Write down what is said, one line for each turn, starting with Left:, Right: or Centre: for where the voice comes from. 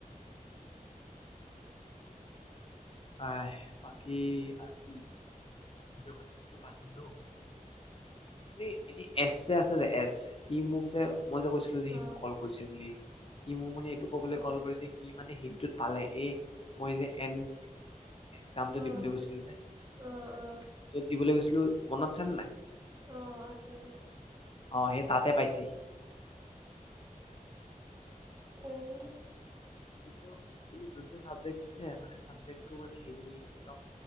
Left: আহ বাকী আৰু কি সেইটো কথা পাতিলো এ এনে এচ আছে যে এচ সি মোক যে মই যে কৈছিলো যে সি
Right: অ',
Left: মোক কল কৰিছে বুলি সি মোৰ মানে এইটো কবলে
Right: অ',
Left: কল কৰিছে সি মানে হিলটোত পালে এ মই যে এন একজামটো
Right: অ',
Left: দিবলৈ গৈছিলো যে
Right: অ', অ',
Left: য'ত দিবলৈ গৈছিলো মনত আছে নে নাই
Right: অঁ আছে
Left: অ সেই তাতে পাইছেহি
Right: অ',
Left: কিন্ত কি যোনটো চাবজেক্ট দিছে মানে চাবজেক্টটো মানে হেৰি একদম